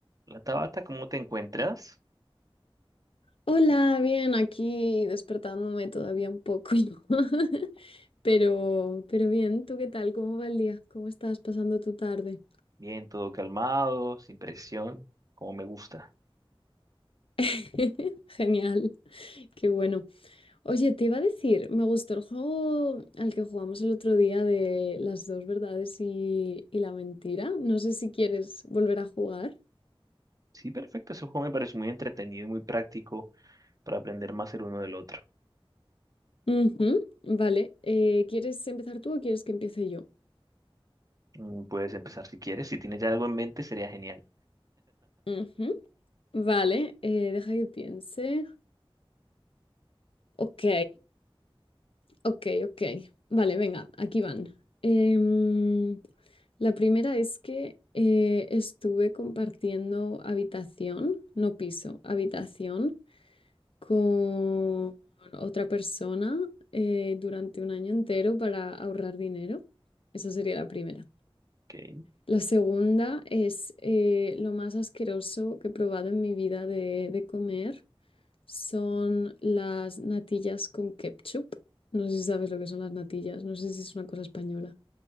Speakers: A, on the right (about 40°); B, on the left (about 70°).
A: La Tabata, ¿cómo te encuentras?
B: Hola, bien, aquí despertándome todavía un poco, ¿no? <laughs> pero, pero bien, ¿tú qué tal? ¿Cómo va el día? ¿Cómo estás pasando tu tarde?
A: Bien, todo calmado, sin presión, como me gusta.
B: <laughs> Genial, qué bueno. Oye, te iba a decir, me gustó el juego al que jugamos el otro día de las dos verdades y, y la mentira. No sé si quieres volver a jugar.
A: Sí, perfecto, ese juego me parece muy entretenido y muy práctico para aprender más el uno del otro.
B: Ujú, Vale, eh, ¿quieres empezar tú o quieres que empiece yo?
A: Mm, Puedes empezar si quieres, si tienes ya algo en mente sería genial.
B: Ujú, Vale, eh, deja que piense. Ok, Ok, ok. Vale, venga, aquí van. Em, la primera es que eh, estuve compartiendo habitación, no piso, habitación con otra persona eh, durante un año entero para ahorrar dinero. Esa sería la primera.
A: Ok.
B: La segunda es eh, lo más asqueroso que he probado en mi vida de de comer son las natillas con ketchup. No sé si sabes lo que son las natillas, no sé si es una cosa española.